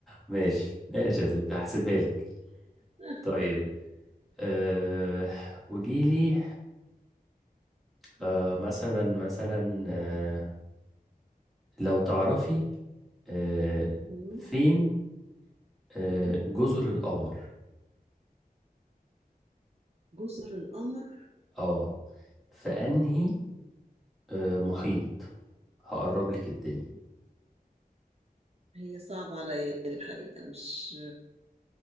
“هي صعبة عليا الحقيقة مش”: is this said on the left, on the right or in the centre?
Right